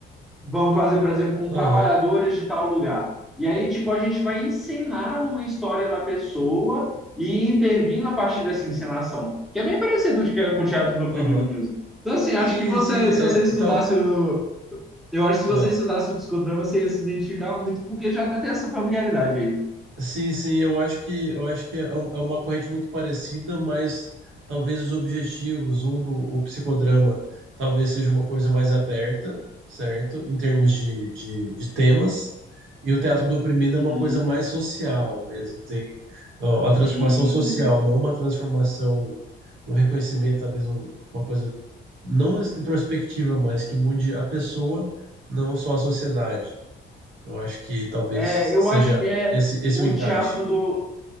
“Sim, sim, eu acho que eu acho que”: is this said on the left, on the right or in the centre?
Right